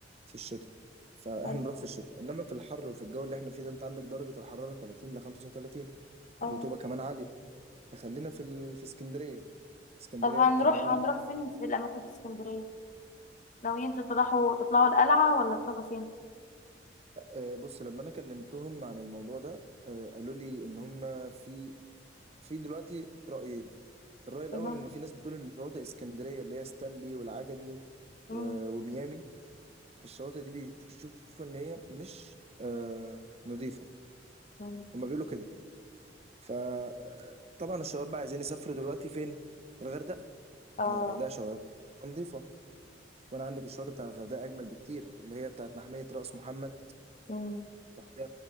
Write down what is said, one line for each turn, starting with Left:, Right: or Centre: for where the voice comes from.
Right: في الشتاء فاحنا
Left: حلو.
Right: نروح في الشتاء انما في الحر وفي الجو اللي احنا فيه ده انت عندك درجة الحرارة 30 ل 35
Left: اه
Right: الرطوبة كمان عالية فخلينا في ال... في اسكندرية اسكندرية
Left: طب هنروح
Right: كمان
Left: هنروح فين في الأماكن في اسكندرية؟ ناويين تطلعوا تطلعوا القلعة ولا تروحوا فين؟
Right: آه، بص لما انا كلمتهم عن الموضوع ده آه، قالوا لي ان هم في في دلوقتي رأيين الرأي الاول
Left: مم،
Right: ان في ناس بتقول ان شواطئ اسكندرية اللي هي ستانلي والعجمي
Left: مم،
Right: و- وميامي الشواطئ دي بيشوفوا ان هي مش آه نظيفه
Left: مم،
Right: هما بيقولوا كده فطبعا الشباب بقى عايزين يسافروا دلوقتي فين الغردقه
Left: آه
Right: ان الغردقه شواطئ نظيفه وانا عندك الشواطئ بتاع الغردقه اجمل بكتير اللي هي بتاعت محميه راس محمد
Left: مم،
Right: رحتها